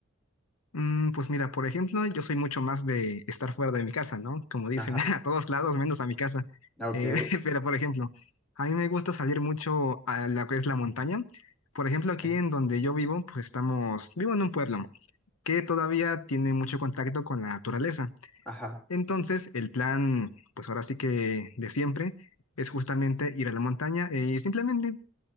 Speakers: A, on the left; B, in the centre.
A: Mm, pues mira, por ejemplo, yo soy mucho más de estar fuera de mi casa, ¿no? Como dicen,
B: Ajá.
A: <laughs> a todos lados menos a mi casa.
B: Ok,
A: Eh, <laughs> pero por ejemplo, a mí me gusta salir mucho a lo que es la montaña. Por ejemplo,
B: ok.
A: aquí en donde yo vivo, pues estamos, vivo en un pueblo que todavía tiene mucho contacto con la naturaleza.
B: Ajá.
A: Entonces, el plan, pues ahora sí que de siempre, es justamente ir a la montaña y simplemente